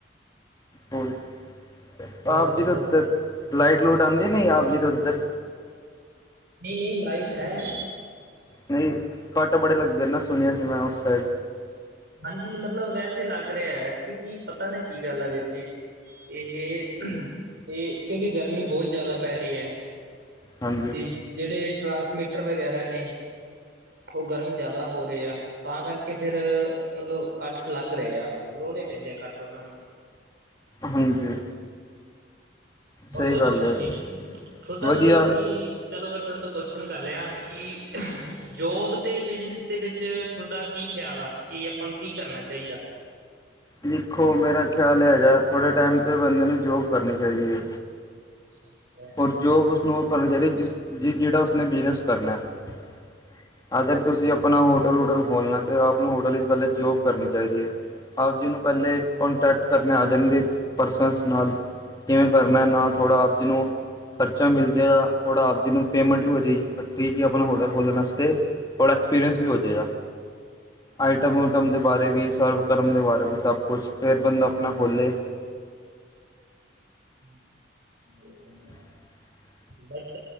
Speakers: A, on the left (about 20°); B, on the right (about 60°).
A: ਹੋਰ
B: ਹੋਰ
A: ਆਪ
B: ਦੱਸੋ
A: ਜੀ ਤਾਂ ਉੱਧਰ ਲਾਈਟ ਲੂਟ ਆਉਂਦੀ ਨੇਈ ਆਪ ਜੀ ਤਾਂ ਉੱਧਰ
B: ਨਹੀਂ- ਨਹੀਂ ਲਾਈਟ ਹੈ।
A: ਨਹੀਂ ਕਟ ਬੜੇ ਲੱਗਦੇ ਨੇ ਸੁਣਿਆ ਸੀ, ਮੈਂ ਉਸ ਸਾਈਡ।
B: ਹਾਂਜੀ, ਮਤਲਬ ਵੈਸੇ ਲੱਗ ਰਿਹਾ ਕਿਉਂਕਿ ਪਤਾ ਨਾ ਕੀ ਗੱਲ ਹੈ ਵੀਰ ਜੀ। ਇਹ-ਇਹ ਕਿਉਂਕਿ ਗਰਮੀ ਬਹੁਤ ਜ਼ਿਆਦਾ ਪੈ ਰਹੀ ਹੈ।
A: ਹਾਂਜੀ
B: ਤੇ ਜਿਹੜੇ ਟ੍ਰਾਂਸਮੀਟਰ ਵਗੈਰਾ ਨੇ, ਉਹ ਗਰਮ ਜ਼ਿਆਦਾ ਹੋ ਰਹੇ ਆ। ਤਾਂ ਕਰਕੇ ਫੇਰ- ਮਤਲਬ ਕੱਟ ਲੱਗ ਰਹੇ ਆ। ਲਾਉਣੇ ਪੈਂਦੇ ਆ ਕੱਟ ਉਹਨਾਂ ਨੂੰ।
A: ਹਾਂਜੀ।
B: ਹੋਰ
A: ਸਹੀ
B: ਦੱਸੋ
A: ਗੱਲ
B: ਤੁਸੀਂ,
A: ਹੈ
B: ਤੁਹਾਡਾ
A: ਵਧੀਆ
B: ਮਤਲਬ ਕਿ- ਚਲੋ ਮੈਂ ਤੁਹਾਡੇ ਤੋਂ ਕੋਸ਼ਚਨ ਕਰ ਰਿਹਾ। ਕਿ ਜੋਬ ਤੇ ਬਿਜਨਸ ਦੇ ਵਿਚ ਤੁਹਾਡਾ ਕੀ ਖਿਆਲ ਆ। ਇਹ ਆਪਾਂ ਨੂੰ ਕੀ ਕਰਨਾ ਚਾਹੀਦਾ।
A: ਦੇਖੋ ਮੇਰਾ ਖਿਆਲ ਹੈਗਾ। ਥੋੜੇ ਟਾਈਮ ਤਾ ਬੰਦੇ ਨੂੰ ਜੋਬ ਕਰਨੀ ਚਾਹੀਦੀ ਹੈ।
B: ਅੱਛਾ <unintelligible>
A: ਔਰ ਜੋਬ ਉਸਨੂੰ ਉਹ ਕਰਨੀ ਚਾਹੀਦੀ ਏ, ਜਹੜਾ ਉਸਨੇ ਬਿਜ਼ਨਸ ਕਰਨਾ ਏ। ਅਗਰ ਤੁਸੀਂ ਆਪਣਾ ਹੋਟਲ- ਹੋਟਲ ਖੋਲਣਾ ਤਾਂ। ਆਪ ਨੂੰ ਹੋਟਲ ਵਿਚ ਪਹਲੇ ਜੋਬ ਕਰਨੀ ਚਾਹੀਦੀ ਹੈ। ਆਪ ਜੀ ਨੂੰ ਪਹਿਲੇ ਕੋਂਨਟੈਕਟ ਕਰਨ ਆ ਜਾਣਗੇ ਪਰਸਨਸ ਨੌਲੇਜ। ਕਿਵੇ ਕਰਨਾ ਨਾਲ, ਥੋੜਾ ਆਪ ਜਿਹ ਨੂੰ ਖਰਚਾ ਮਿਲ ਜਾਏਗਾ। ਥੋੜੀ ਆਪ ਜੀ ਨੂੰ ਪੇਮੈਂਟ ਵੀ ਹੋ ਜਾਵੇਗੀ ਠੀਕ ਜੀ ਆਪਾ ਨੂੰ ਹੋਡਲ ਖੋਲਣ ਵਾਸਤੇ। ਔਰ ਐਕਸਪੀਰੀਅੰਸ ਵੀ ਹੋ ਜਾਏਗਾ। ਆਈਟਮ ਊਟਮ ਦੇ ਬਾਰੇ ਵੀ, ਸਰਵ ਕਰਨ ਦੇ ਬਾਰੇ ਵੀ, ਸਭ ਕੁਛ। ਫੇਰ ਬੰਦਾ ਆਪਣਾ ਖੋਲੇ।
B: <inaudible>
A: <inaudible>
B: ਬਟ